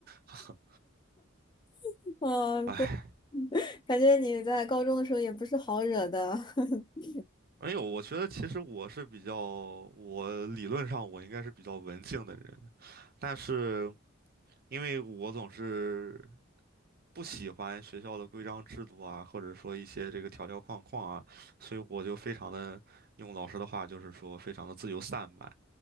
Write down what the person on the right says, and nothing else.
<laughs>
哎，
没有，我觉得其实我是比较，我理论上我应该是比较文静的人，但是因为我总是不喜欢学校的规章制度啊，或者说一些这个条条框框啊，所以我就非常的，用老师的话就是说，非常的自由散漫。